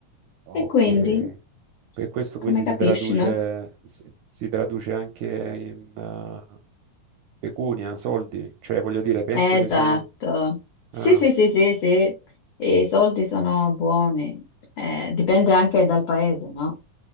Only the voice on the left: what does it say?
E quindi,
come
capisci,
no?
Esatto.
Sì,
sì, sì, sì, sì. I soldi sono buoni. Eh, dipende anche dal paese, no?